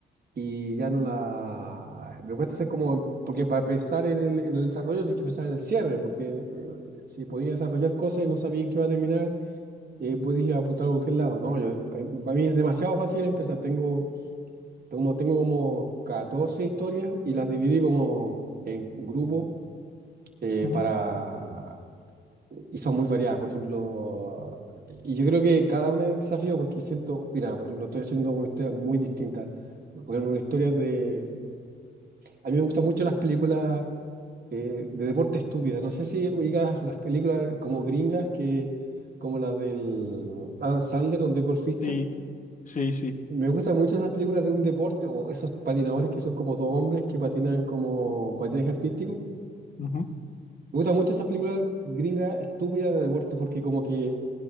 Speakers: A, on the right; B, on the left.
A: y ya no la... Me cuesta hacer como... Porque para pensar en el, en el desarrollo tienes que pensar en el cierre, porque eh, si podías desarrollar cosas y no sabías en qué va a terminar, eh, podías apuntar a cualquier lado. No, yo, a- para mí es demasiado fácil empezar. Tengo, tengo, como- tengo como 14 historias y las dividí como en grupos eh,
B: ujú.
A: para... Y son muy variadas, por ejemplo, y yo creo que cada una es un desafío porque siento, mira, por ejemplo, estoy haciendo una historia muy distinta. Por ejemplo, una historia de... A mí me gustan mucho las películas eh, de deporte estúpida. No sé si oigas las películas como gringas, que, como las del Adam Sandler, donde es golfista.
B: Sí, sí, sí.
A: Me gustan mucho esas películas de un deporte o esos patinadores que son como dos hombres que patinan como patinaje artístico
B: Ujú.
A: Me gustan mucho esas películas gringas estúpidas de deporte porque como que